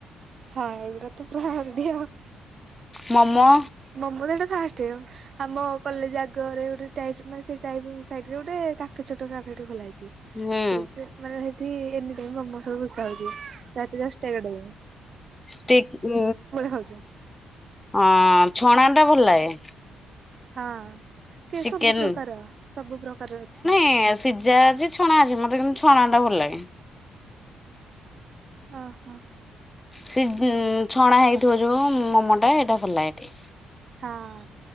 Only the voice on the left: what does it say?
ମୋମୋ
ହୁଁ
ଷ୍ଟିକ
ଅ ଛଣା ଟା ଭଲ ଲାଗେ
ଚିକେନ
ହେଁ ସି ସିଝା ଅଛି ଛଣା ଅଛି ମତେ କିନ୍ତୁ ଛଣା ଟା ଭଲ ଲାଗେ।
ସେ ଛଣା ହେଇଥିବ ଯୋଉ ମୋମଟା ହେଇଟା ଭଲ ଟିକେ